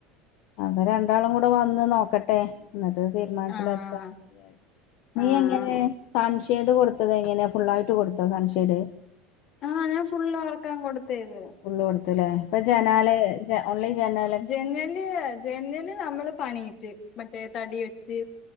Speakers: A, on the left; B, on the left.
A: അപ്പൊ രണ്ടാളും കൂടെ വന്ന് നോക്കട്ടെ ന്നട്ട് തീരുമാനത്തിലെത്താന്ന്
B: ആഹ്
A: വിജാര്ച്ച്ക് <inaudible> നീ
B: ആഹ്
A: എങ്ങനെ സൺഷെയ്ഡ് കൊടുത്തതങ്ങനെ ഫുള്ളായിട്ട് കൊടുത്തതോ സൺഷെയ്ഡ്?
B: ആഹ് ഞാ ഫുള്ള് അവർക്കാങ് കൊടുത്തയ്ദ്
A: ഫുള്ള് കൊടുതൂല്ലേ ഇപ്പൊ ജനാലേ ഓൺലി ജനാ
B: ജനല് ജെനല് അമ്മള് പണിയിച്ച് മറ്റേ തടി വെച്ച്